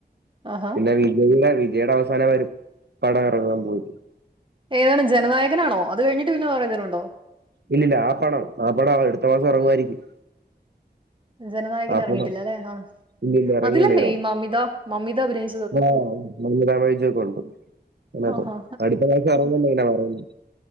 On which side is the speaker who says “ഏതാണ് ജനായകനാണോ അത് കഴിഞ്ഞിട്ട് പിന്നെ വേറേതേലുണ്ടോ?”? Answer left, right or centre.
Right